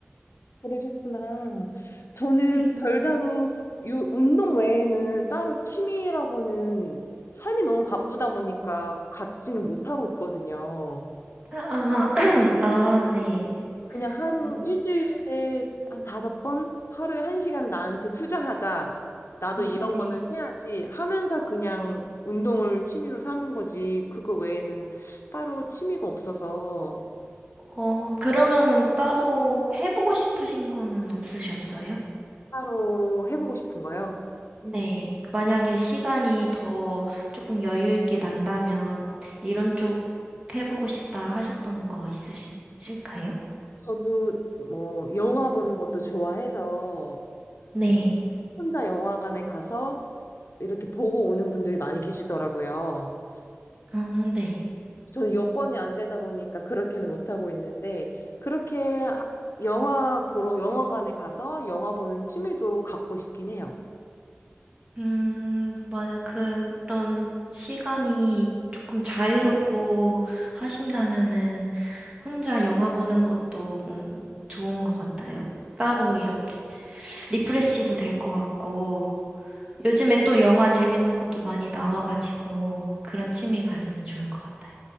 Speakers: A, on the left; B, on the right.
A: 그러셨구나. 저는
B: 네.
A: 별다로 요 운동 외에는 따로 취미라고는 삶이 너무 바쁘다 보니까 갖지는 못하고 있거든요.
B: 아, <clears throat> 아, 아, 네.
A: 그냥 하루
B: 음,
A: 일주일에 한 다섯 번 하루에 한 시간 나한테 투자하자. 나도
B: 음,
A: 이런
B: 네.
A: 거는 해야지 하면서 그냥 운동을 취미로 삼은 거지. 그거 외에는 따로 취미가 없어서
B: 어, 그러면은 따로 해보고 싶으신 거는 없으셨어요?
A: 따로 해보고 싶은 거요.
B: 네. 만약에 시간이 더 조금 여유 있게 난다면 이런 쪽 해보고 싶다 하셨던 거 있으실까요?
A: 저도 뭐 영화 보는 것도 좋아해서
B: 네.
A: 음, 혼자 영화관에 가서 이렇게 보고 오는 분들이 많이 계시더라고요.
B: 음, 네.
A: 저는 여건이 안 되다 보니까 그렇게는 못하고 있는데 그렇게 하- 영화 보러 영화관에 가서 영화 보는 취미도 갖고 싶긴 해요.
B: 음, 만약 그런 시간이 조금 자유롭고 하신다면은 혼자 영화 보는 것도 뭐 좋은 것 같아요. 따로 이렇게 리프레시도 될 것 같고 요즘에 또 영화 재밌는 것도 많이 나와가지고 그런 취미 가지면 좋을 것 같아요.